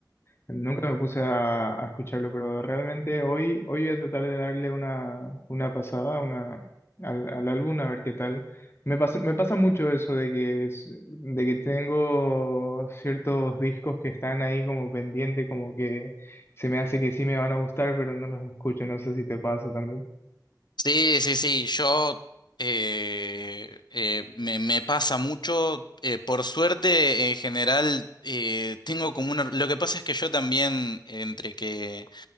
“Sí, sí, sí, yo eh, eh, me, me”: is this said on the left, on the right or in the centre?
Left